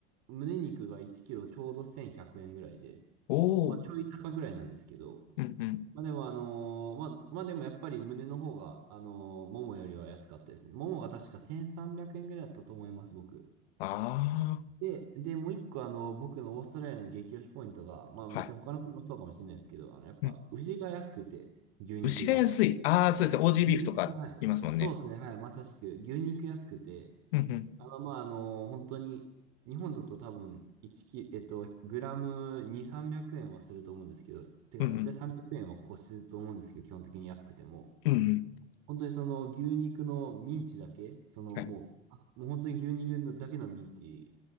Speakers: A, on the right; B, on the left.
A: 胸肉が1キロちょうど1100円ぐらいで、
B: おー。
A: まあ、ちょい高ぐらいなんですけど、
B: うんうん。
A: まあ、でも、あのーまあ、まあ、でもやっぱり胸の方が、あのーももよりは安かったですね。ももが確か1300円ぐらいだったと思います、僕。
B: あ
A: で、で、もう一個あの、僕のオーストラリアの激推しポイントが、まあ別に他の国もそうかもしれないですけど、
B: あ。はい。
A: あの、やっぱ牛が安くて、
B: うん。
A: 牛肉が。
B: 牛が安い。ああ、そうですね。オージービーフとか言いますもんね。
A: 牛肉が、はい。そうですね、はい、まさしく、牛肉安くて、
B: うんうん。
A: あの、まああの、本当に、日本だと多分、1キ、えっと、グラム2、300円はすると思うんですけど、てか絶対300円は越すと思うんですけど、
B: うんうん。
A: 基本的に安くても。
B: うんうん。
A: 本当にその牛肉のミンチだけ、そのもう、
B: はい。
A: あもう本当に牛肉のだけのミンチ